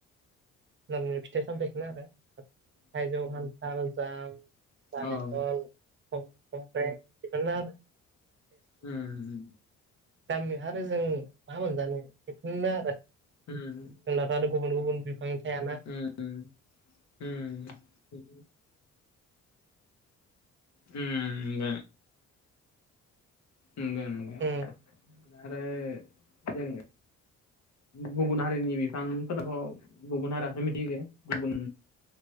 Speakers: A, on the right; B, on the left.
A: नारमेल फिथाइ सामथायखौनो आरो। थाइजौ खान्थाल जाम नारेंखल
B: औ
A: औ ओमफ्राय बेफोरनो आरो
B: उम
A: गामिया आरो जों मा मोनजानो बेफोरनो आरो जोंनाथ'
B: नंगौ
A: आरो गुबुन गुबुन बिफांनि थायाना
B: उम उम उम उम नोंगौ नोंगौ
A: उम
B: आरो <unintelligible> गुबुन हारिनि बिफांफोराबो गुबुन हारियासो मिथिगो गुबुन